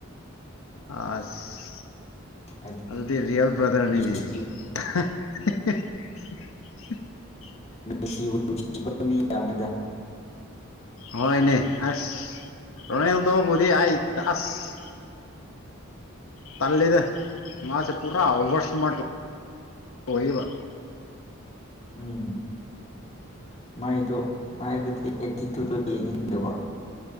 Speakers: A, on the left; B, on the left.
A: ꯑꯥꯁ
B: ꯍꯥꯏꯗꯤ
A: ꯑꯗꯨꯗꯤ ꯔꯤꯌꯦꯜ ꯕ꯭ꯔꯥꯗꯔꯅꯤꯅꯦ
B: ꯃꯦꯁꯤ
A: <unintelligible>
B: ꯅꯨꯡꯁꯤꯕꯨ ꯅꯨꯡꯁꯤꯗꯕ <unintelligible> ꯃꯤ ꯌꯥꯝꯃꯤꯗꯥ
A: ꯍꯣꯏꯅꯦ ꯑꯁ ꯔꯣꯅꯦꯜꯗꯣꯕꯨꯗꯤ ꯑꯩ ꯑꯁ ꯇꯜꯂꯤꯗꯥ ꯃꯥꯁꯦ ꯄꯨꯔꯥ ꯑꯣꯕꯔ ꯁꯃꯥꯔꯠ ꯑꯣꯏꯌꯦꯕ
B: ꯎꯝ ꯃꯥꯏꯗꯣ ꯍꯥꯏꯕꯗꯤ ꯑꯦꯇꯤꯇꯨꯠꯗꯣ ꯌꯦꯡꯅꯤꯡꯗꯕ